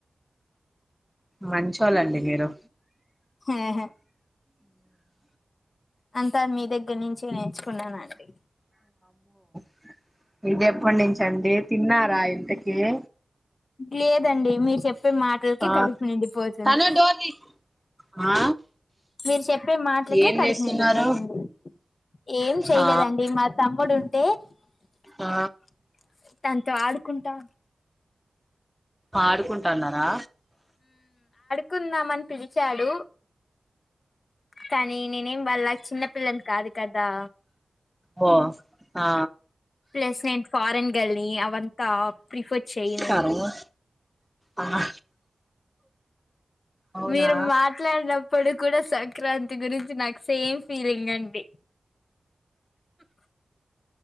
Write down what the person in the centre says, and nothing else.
మంచోళ్లండి మీరు
<unintelligible> మన్నించండి తిన్నారా ఇంతకి ఏ
ఆ
తనే డోర్ తీ ఆ
ఏం
చేస్తున్నారు
ఆ
ఆ
ఆడుకుంటాన్నారా
ఓ ఆ
సరే ఆ అవునా